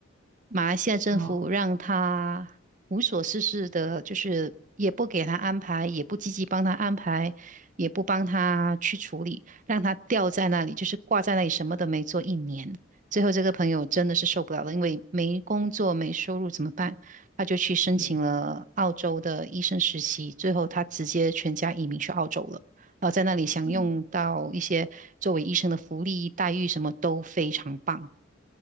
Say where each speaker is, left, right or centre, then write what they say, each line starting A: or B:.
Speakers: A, on the right; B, on the right.
A: 马来西亚政府让他无所事事的，
B: 好，
A: 就是也不给他安排，也不积极帮他安排，也不帮他去处理，让他吊在那里，就是挂在那里，什么都没做一年。最后这个朋友真的是受不了了，因为没工作、没收入怎么办？他就去申请了澳洲的医生实习，
B: 对，
A: 最后他直接全家移民去澳洲了，然后在那里享用到一些作为医生的福利待遇，
B: 嗯
A: 什么都非常棒。